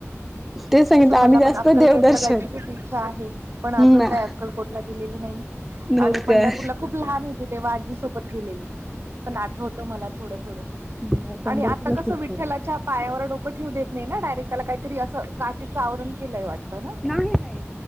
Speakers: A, in the centre; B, on the right.
A: ते सांगितलं
B: तसं
A: आम्ही
B: मला
A: जास्त
B: पण अक्कलकोटला
A: देवदर्शन
B: जायची खूप इच्छा आहे. पण अजून
A: ना
B: काय अक्कलकोट ला गेलेली नाही.
A: नोकर
B: आणि पंढरपूरला खूप लहान होते तेव्हा आजी सोबत गेलेली. पण आठवत मला थोडं थोडं,
A: नाही, पंढरपूरला
B: आणि आता कसं
A: खूप छान
B: विठ्ठलाच्या
A: आहे.
B: पायावर डोकं ठेवू देत नाही ना, डायरेक्ट त्याला काहीतरी असं काचेचं आवरण केलंय वाटतं ना? <inaudible>
A: नाही नाही